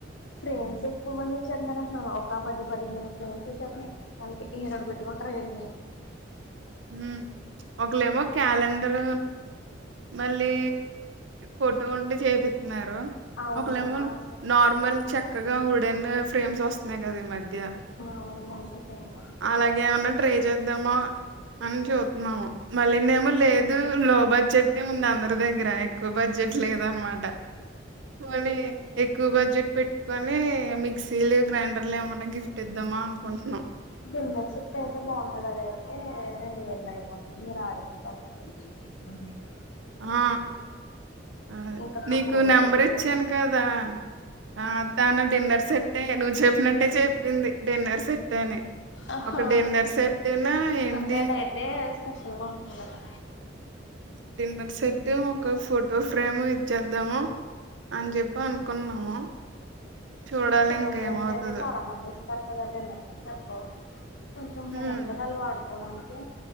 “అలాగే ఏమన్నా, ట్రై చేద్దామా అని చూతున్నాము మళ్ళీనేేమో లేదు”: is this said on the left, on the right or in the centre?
Right